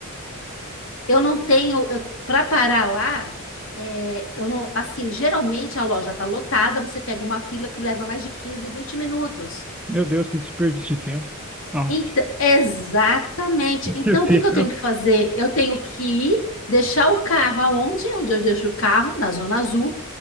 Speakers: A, on the left (about 65°); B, in the centre.
A: Eu não tenho, para parar lá, é, eu não, assim, geralmente a loja está lotada, você pega uma fila que leva mais de 15 20 minutos.
B: Meu Deus, que desperdício de tempo. Nossa,
A: Então, exatamente.
B: <laughs>
A: Então,
B: meu
A: o
B: Deus.
A: que que eu tenho que fazer? Eu tenho que deixar o carro aonde? Onde eu deixo o carro? Na Zona Azul.